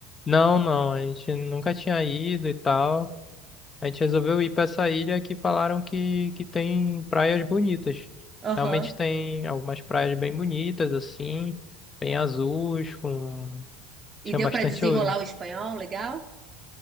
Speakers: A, on the left; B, on the right.
A: Não, não, a gente nunca tinha ido e tal. A gente resolveu ir para essa ilha que falaram que, que tem praias bonitas.
B: Aham.
A: Realmente tem algumas praias bem bonitas, assim, bem azuis, com... Tinha
B: E deu
A: bastante...
B: para desenrolar
A: oi-
B: o espanhol, legal?